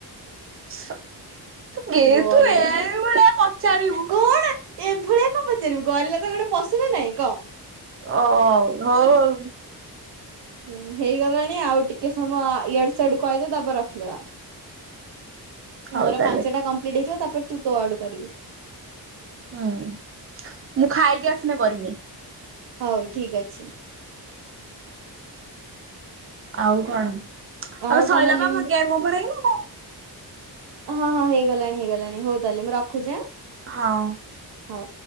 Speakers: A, on the right (about 35°); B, on the right (about 80°).
A: ସ ଗେ
B: ଗରିଲା
A: ତୁ ଏଇ ଭଳିଆ ପଚାରିବୁ
B: କଣ ଏଭଳିଆ କଣ ପଚାରିବୁ ଗରିଲା ତ ଗୋଟେ ପଶୁ ନା ନାଇଁ କ?
A: ଓ ହଉ ହଉ।
B: ହୁଁ ହେଇଗଲାଣି ଆଉ ଟିକେ ସମୟ ୟୁଆଡୁ ସିଆଡୁ କଇ ଦେ ତାପରେ ରଖିଦବା।
A: ହଉ
B: ମୋର
A: ତାହେଲେ
B: ପାଞ୍ଚ ଟା କମ୍ପ୍ଲିଟ୍ ହେଇଯିବ ତାପରେ ତୁ ତୋ ଆଡୁ କରିବୁ।
A: ହୁଁ ମୁଁ ଖାଇକି ଆସିନେ କରିମି।
B: ହଉ ଠିକ୍ ଅଛି।
A: ଆଉ କଣ ଆଲୋ
B: ଆଉ
A: ସଇଲା
B: ତମ ଲିମ୍
A: ବା ମୋ ଗେମ୍ ଓଭର ହେଇନି?
B: ହଁ ହଁ ହେଇଗଲାଣି ହେଇଗଲାଣି ହଉ ତାହେଲେ ମୁଁ ରଖୁଚି ଆଁ।
A: ହଁ।
B: ହଉ।